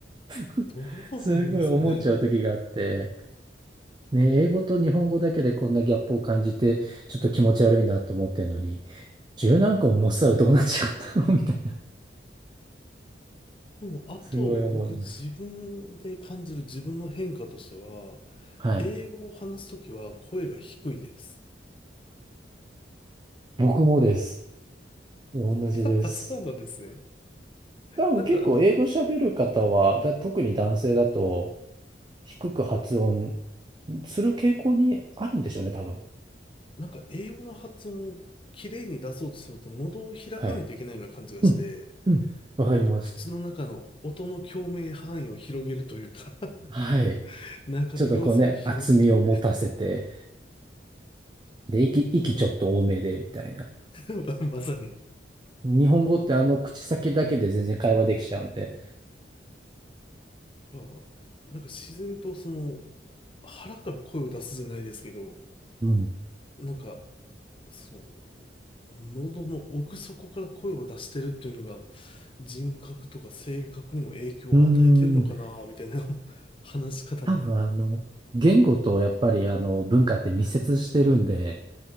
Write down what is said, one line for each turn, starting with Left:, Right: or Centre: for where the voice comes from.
Right: <laughs>
Left: どうなんですかね、
Right: すごい思っちゃう時があって、
Left: あれ。
Right: ね、英語と日本語だけでこんなギャップを感じて、ちょっと気持ち悪いなと思ってるのに、十何個も持ってたらどうなっちゃうただろうみたいな、
Left: もう、あと、
Right: すごい思います。
Left: 僕、自分で感じる自分の変化としては、
Right: はい。
Left: 英語を話すときは声が低いです。
Right: 僕もです。同じです。
Left: やっぱそうなんですね。
Right: 多分結構英語喋る方は、
Left: なんか、あの、
Right: だ、特に男性だと低く発音する傾向にあるんでしょうね、多分。
Left: なんか、英語の発音を綺麗に出そうとすると、喉を開かないといけないような感じがして、
Right: はい。うん。うん。わかります。
Left: なんか、口の中の音の共鳴範囲を広げるというか
Right: はい。
Left: <laughs> 中の様子を広げて、
Right: ちょっとこうね、厚みを持たせて、で、息、息ちょっと多めで、
Left: <laughs> だ
Right: みたいな。
Left: から <laughs> まさに、
Right: 日本語ってあの口先だけで全然会話できちゃうんで。
Left: だからなんか、自然と、その、腹から声を出すじゃないですけど、
Right: うん。
Left: なんか、その、喉の奥底から声を出してるっていうのが人格とか性格にも影響を与えてるのかなみたいな
Right: うーん。
Left: <laughs> 話し方に。
Right: 多分あの、言語とやっぱりあの文化って密接してるんで、